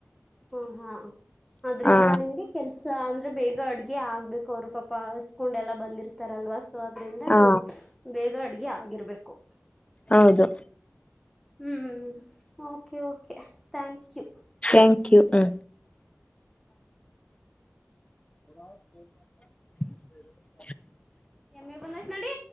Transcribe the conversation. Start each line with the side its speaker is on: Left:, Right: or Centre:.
Centre: ಹಾ ಹಾ ಅದ್ರಿಂದ
Left: ಹಾ
Centre: ನಿಮ್ಗೆ ಕೆ ಸ ಅಂದರೆ ಬೇಗ ಅಡುಗೆ ಆಗ್ಬೇಕು ಅವರು ಪಾಪ ಹಸ್ಕೊಂಡೆಲ್ಲ ಬಂದಿರ್ತಾರಲ್ವಾ ಸೊ ಅದರಿಂದ
Left: ಹಾ
Centre: ಬೇಗ ಅಡ್ಗೆ ಆಗಿರ್ಬೇಕು
Left: ಹೌದು
Centre: ಹ್ಮ್ okay okay thank you
Left: thank you ಹ <inaudible>
Centre: ಎಮ್ಮೆ ಬಂದೈತೆ ನಡಿ